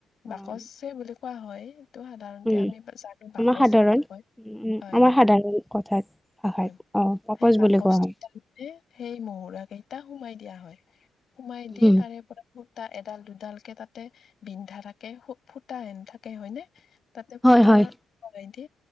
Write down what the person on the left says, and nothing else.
বাকচে বুলি কোৱা হয় টো সাধাৰণতে
আমি বাকচ
এ বুলি কয়,
হয়,
হয়,
হয়
সেই বাকচতে
সেই মহুৰা কেইটা সোমাই দি দিয়া হয় সোমাই দিয়
তাৰে পৰা ফুটা এডাল দুডাল কে তাতে বিন্ধা থাকে ফুটা এন থাকে হয়নে। তাতে সূতাৰদি